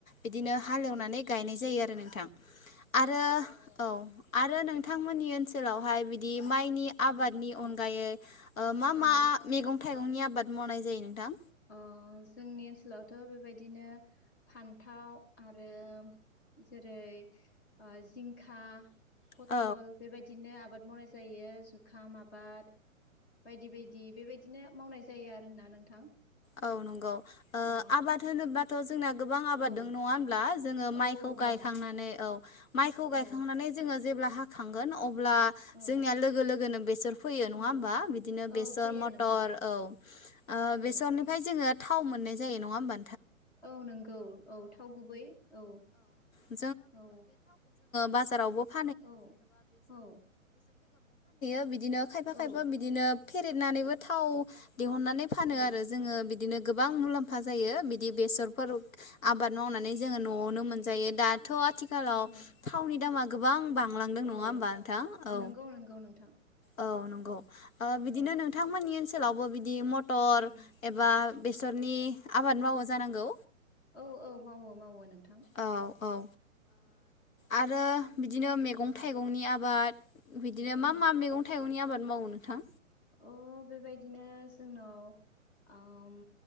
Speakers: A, on the left (about 75°); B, on the left (about 55°).
A: बिदिनो हालेवनानै नै गायनाय जायो आरो नोंथां। आरो औ आरो नोंथांमोननि ओनसोलाव ओमफ्राय बिदि माइनि
B: औ
A: आबादनि अनगायै। मा
B: औ
A: मा
B: औ
A: मेगं थाइगंनि आबाद मावनाय जायो नोंथां
B: अ जोंनि ओनसोलावथ' बेबायदिनो फान्थाव आरो जेरै जिंखा फथल
A: औ
B: बेबायदिनो आबाद मावनाय जायो जुखाम आबाद बायदि बायदि बेबायदिनो मावनाय जायो आरोना नोंथां
A: औ नंगौ ओ
B: औ
A: आबाद होनोबाथ' जोंना गोबां आबाद
B: औ
A: दं नङा होनब्ला जोङो माइखौ
B: औ औ
A: गायखांनानै
B: दं
A: औ माइखौ गायखांनानै
B: औ
A: जोङो जेब्ला हाखांगोन अ अब्ला
B: औ
A: जोंनिया लोगो लोगोनो। बेसोर फैयो नङा
B: औ
A: होमबा बिदिनो
B: औ
A: बेसर
B: फैयो
A: मथर
B: नोंथां
A: औ
B: औ
A: बेसरनि जोङो थाव मोननाय जायो नङा होनबा?
B: औ नंगौ औ थाव गुबै औ
A: <inaudible>
B: औ
A: बाजारावबो <inaudible>
B: औ औ
A: <inaudible> बिदिनो खायफा
B: औ
A: खायफा बिदिनो फेरेेदनानैबो थाव दिहुननानै फानो
B: औ
A: आरो जोङो बिदिनो गोबां मुलाम फाजायो बिदि बेसरफोर आबाद मावनानै जोङो न'आवनो मोनजायो दाथ' आथिखालाव
B: औ
A: थावनि दामा गोबां बां बांलांदों
B: औ
A: नङा होमबा नोंथां औ
B: नंगौ नंगौ नोंथां
A: औ नंगौ ओ बिदिनो
B: औ
A: नोंथांमोननि ओनसो <inaudible>
B: औ
A: एबा
B: औ
A: बेसरनि आबाद मावो जानांगौ
B: औ औ मावो मावो नों
A: औ औ ओ आरो बिदिनो मेगं
B: औ
A: थाइगंनि आबाद बिदिनो
B: औ
A: मा मा मेगं थाइगंनि आबाद मावो नोंथां
B: अ बेबायदिनो जोंनाव ओम